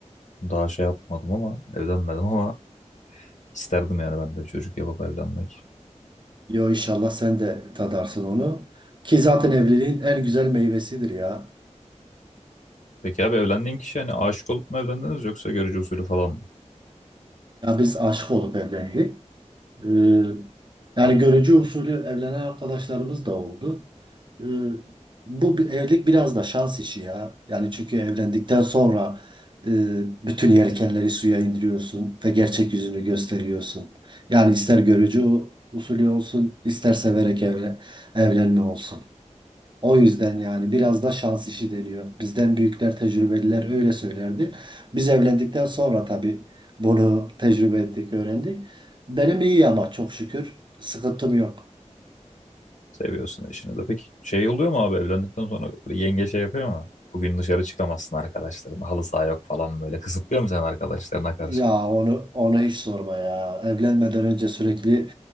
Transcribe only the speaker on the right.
Yo inşallah sen de tadarsın onu. Ki zaten evliliğin en güzel meyvesidir ya.
Ya biz aşık olup evlendik. Ee, yani görücü usulü evlenen arkadaşlarımız da oldu. Ee, bu bir- evlilik biraz da şans işi ya. Yani çünkü evlendikten sonra e, bütün yelkenleri suya indiriyorsun ve gerçek yüzünü gösteriyorsun. Yani ister görücü usulü olsun, ister severek evlen evlenme olsun. O yüzden yani biraz da şans işi deniyor. Bizden büyükler, tecrübeliler öyle söylerdi. Biz evlendikten sonra tabii bunu tecrübe ettik, öğrendik. Benim iyi ama çok şükür sıkıntım yok.
Ya onu onu hiç sorma ya. Evlenmeden önce sürekli